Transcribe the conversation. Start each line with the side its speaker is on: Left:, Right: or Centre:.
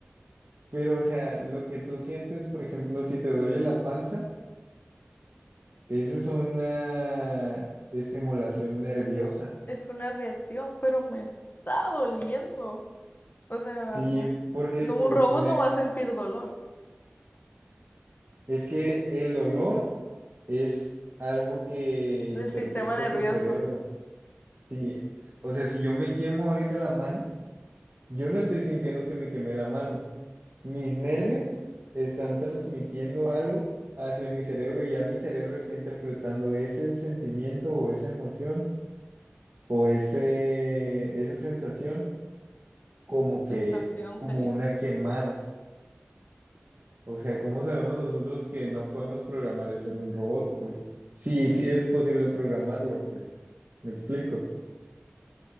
Right: pero o sea, lo que tú sientes, por ejemplo, si te duele la panza, eso es una estimulación nerviosa,
Left: Es una reacción, pero me está doliendo. O sea,
Right: sí,
Left: no,
Right: porque
Left: no,
Right: tus
Left: un robot
Right: ner-
Left: no va a sentir dolor
Right: es que el dolor es algo que
Left: del
Right: interpreta
Left: sistema nervioso.
Right: tu cerebro, sí, o sea, si yo me quemo ahorita la mano, yo no estoy sintiendo que me quemé la mano. Mis nervios están transmitiendo algo hacia mi cerebro y ya mi cerebro está interpretando ese sentimiento o esa emoción o ese, esa sensación como que,
Left: Sensación
Right: como
Left: sería.
Right: una quemada. O sea, ¿cómo sabemos nosotros que no podemos programar eso en un robot? Pues sí, sí es posible programarlo, pues. ¿Me explico?